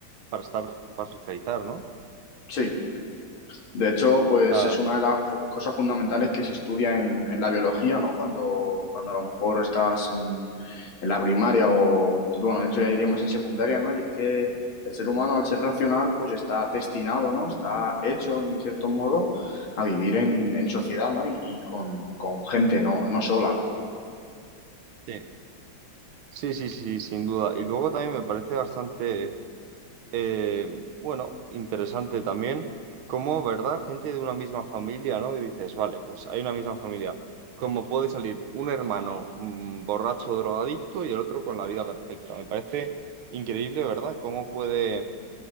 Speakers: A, on the right (about 90°); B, on the left (about 80°).
A: para estar, para socializar, ¿no?
B: Sí. De hecho, pues
A: ah
B: es una de las fu- cosas fundamentales que se estudia en, en la biología, ¿no? Cuando, cuando a lo mejor estás en, en la primaria o, bueno, de hecho ya iría más en secundaria, ¿no? Y es que el ser humano, al ser racional, pues está destinado, ¿no? Está hecho, en cierto modo, a vivir en, en sociedad, ¿no? Y, y con, con gente, ¿no? No sola, ¿no?
A: sí. Sí, sí, sí, sin duda. Y luego también me parece bastante Eh, bueno, interesante también cómo, ¿verdad? Gente de una misma familia, ¿no? Y dices, vale, pues hay una misma familia. ¿Cómo puede salir un hermano mm, borracho, drogadicto y el otro con la vida perfecta? Me parece increíble, ¿verdad? Cómo puede